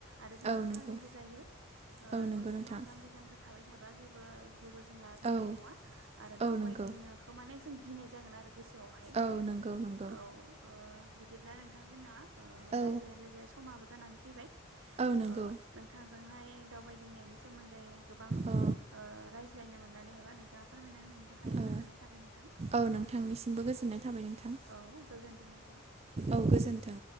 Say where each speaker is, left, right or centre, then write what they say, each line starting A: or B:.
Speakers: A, on the right; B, on the right.
A: आरो जोङो
B: औ नंगौ
A: सालुबो जायो ओ
B: औ नंगौ
A: न' सिङाव
B: नोंथां
A: जाम बि जामथा थाबाय थाबा जेबो जेबो जोंहा रोंनाय
B: औ
A: नङा आरो
B: औ
A: दावबायदिंनो
B: नंगौ
A: माने जों गिनाय जागोन आरो गोसोयावहाय
B: औ नंगौ नंगौ
A: औ। ओ बिदिब्ला नोंथां जोंना ओ
B: औ
A: रायज्लाय रायज्लायै समाबो जानानै फैबाय।
B: औ नंगौ
A: ओ नोंथांजोंहाय दावबायदिंनायनि सोमोन्दै गोबां
B: औ
A: ओ रायज्लायनो मोननानै एबा नोंथाङा फोरमायना होनायनि थाखाय
B: ओ
A: गोजोन्नाय थाबाय नों
B: औ नोंथांनिसिमबो गोजोननाय थाबाय नोंथां
A: औ गोजोन्थों नोंथां
B: औ गोजोन्थों।